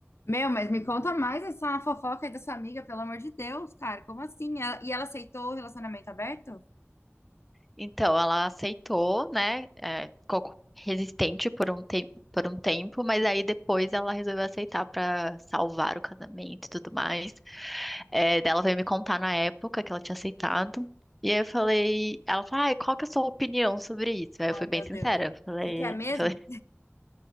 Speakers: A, on the left; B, in the centre.
A: Meu, mas me conta mais essa fofoca aí da sua amiga, pelo amor de Deus, cara. Como assim? Ela- E ela aceitou o relacionamento aberto?
B: Então, ela aceitou, né? É, ficou co- resistente por um, te por um tempo, mas aí depois ela resolveu aceitar pra salvar o casamento e tudo mais. É, daí ela veio me contar na época que ela tinha aceitado. E aí eu falei, ela falou, ai, qual que é a sua opinião sobre isso? Aí
A: Ai,
B: eu fui
A: meu
B: bem sincera,
A: Deus.
B: eu falei,
A: Você quer mesmo?
B: eu falei,